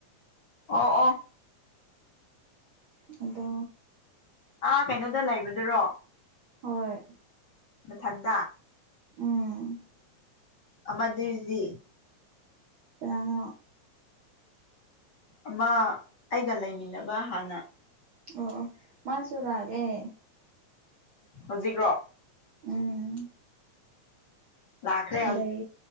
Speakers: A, on the left; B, on the right.
A: ꯑꯣ ꯑꯣ
B: ꯑꯗꯣ
A: ꯑꯥ ꯀꯩꯅꯣꯗ ꯂꯩꯕꯗꯨꯔꯣ
B: ꯍꯣꯏ
A: ꯃꯊꯛꯗꯥ
B: ꯎꯝ
A: ꯑꯃꯗꯨꯢꯗꯤ
B: ꯀꯅꯥꯅꯣ
A: ꯑꯃ ꯑꯩꯒ ꯂꯩꯃꯤꯟꯅꯕ ꯍꯥꯟꯅ
B: ꯑꯣꯑꯣ ꯃꯥꯁꯨ ꯂꯥꯛꯑꯦ
A: ꯍꯧꯖꯤꯛꯔꯣ
B: ꯎꯝ
A: ꯂꯥꯛꯈ꯭ꯔꯦ
B: ꯑꯗꯩ